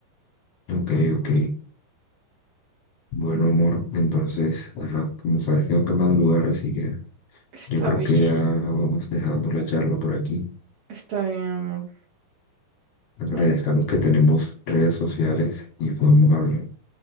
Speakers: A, on the left; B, on the right.
A: ok, ok. Bueno,
B: Mm,
A: amor, entonces, ajá, como sabes, tengo que madrugar, así que
B: Está
A: Yo creo
B: bien,
A: que ya vamos dejando la charla por aquí.
B: está bien, amor.
A: Agradezcamos
B: Bueno,
A: que tenemos redes sociales y podemos hablar.